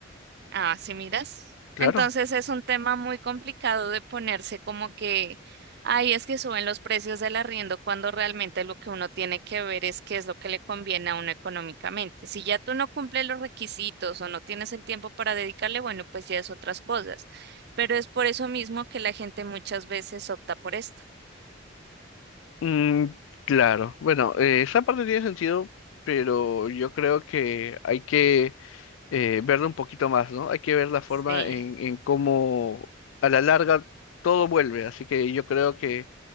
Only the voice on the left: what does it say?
claro.
Mm, claro, bueno, eh, esa parte tiene sentido, pero yo creo que hay que eh, verlo un poquito más, ¿no? Hay que ver la forma
en, en cómo a la larga todo vuelve, así que yo creo que